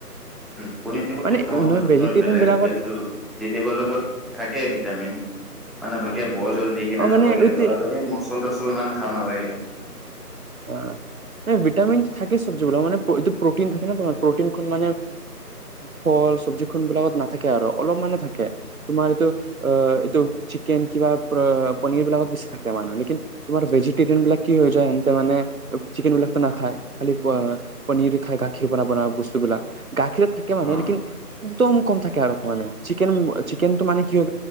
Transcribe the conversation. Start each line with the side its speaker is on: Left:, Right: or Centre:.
Centre: <unintelligible>
Right: মানে ভেজিটেৰিয়ান
Centre: নয় বেলেগ
Right: বিলাকত
Centre: থাকেই ভিটামিন মানে ভাগে বল চল দি কিনে
Right: অ মানে
Centre: খাবগে আৰু আৰু এই মচল তচল ইমান খাব নালাগে।
Right: অঁ। নাই ভিটামিন থাকে চব্জি বিলাক মানে এইটো প্ৰটিন থাকে ন তোমাৰ প্ৰটিনখন মান ফল। চব্জি খন বিলাকত নাথাকে আৰু অলপ মানে থাকে তোমাৰ এইটো অ এইটো। চিকেন কিবা পনিৰ বিলাকত বেছি থাকে মানে। তোমাৰ ভেজিটেৰিযয়েন বিলাক কি হৈ যায় মানে চিকেন বিলাক নাখায় পনিৰ। খাই গাখীৰ পৰা বনোৱা বস্তুবিলাক, গাখীৰত থাকে মানে
Centre: অ
Right: লেকিন। একদম কম থাকে আৰু মান চিকন চিকেন তো মানে কি হৈ